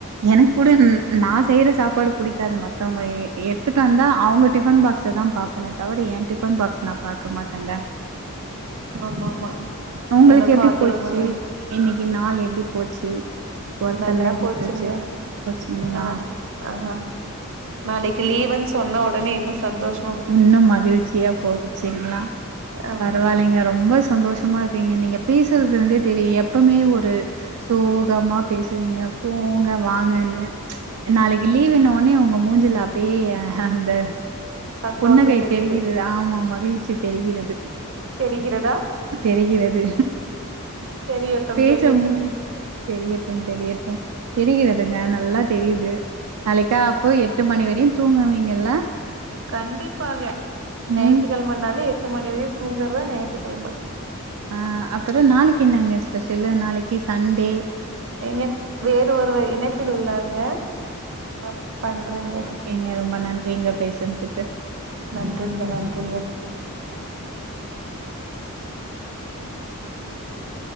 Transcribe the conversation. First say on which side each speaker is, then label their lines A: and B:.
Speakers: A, on the right; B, on the right.
A: எனக்குடன் நா செய்ற சாப்பாடு புடிக்காது மத்தவுங்க எ எடுத்துட் வந்தா அவுங்க டிஃபன் பாக்ஸதாம் பாப் பனேத் தவர எ டிஃபன் பாக்ஸ் நா பாக்க மாட்டேங்க
B: ஆமா ஆமா
A: அவுங்களுக்
B: எனக்கு
A: எப்டி
B: அதே
A: போச்சி
B: மாரிதா
A: இன்னிக்கி நாள் எப்டி போச்சி ஒர்க்கல்லா
B: நல்லா
A: எப்டி
B: போச்சுங்க
A: போச்சு போச்சுங்ளா
B: நாள் ஆ நாளைக்கி லீவுன் சொன்ன உடனே இன்னு சந்தோஷ்
A: உன்னு மகிழ்ச்சியாப் போச்சிங்ளா
B: ஆமா
A: பரவாலைங்க ரொம்ப சந்தோஷமாருக் பீங்க நீங்கப் பேசறதுலந்தேத் தெரியு எப்பமே ஒரு சோகமா பேசுவீங்க போங்க வாங்கனு நாளைகி லீவுன்ன ஒன்னே ஒங்க மூஞ்சில அப்டியே அந்த
B: சந்தோஷோ
A: புன்னகை
B: தெரியுது
A: தெரிகிறது ஆமா மகிழ்ச்சி தெரிகிறது
B: தெரிகிறதா
A: தெரிகிறது
B: தெரியட்டும்
A: பேசவும்
B: தெரியட்டும்
A: தெரியட்டும் தெரியட்டும் தெரிகிறதுங்க நல்லா தெரியிது நாளைக்கு ஆப்பு எட்டு மணி வரையுந் தூங்குவீங்கில்ல
B: கண்டிப்பாக ஞயித்து
A: ம்
B: கெழமனாலே எட்டு மணி வரையுத் தூங்கற்தா ஞயித்து கெழம
A: அ அப்பறோ நாளைக்கி என்னங்க ஸ்பெஷலு நாளைக்கி சண்டே
B: ஏங்க வேறு ஒருவர் இணைப்பில் உள்ளாங்க நா பண்றங்க
A: ஏங்க ரொம்ப நன்றிங்க பேசுறதுக்கு
B: நன்றிங்க நன்றிங்க <unintelligible>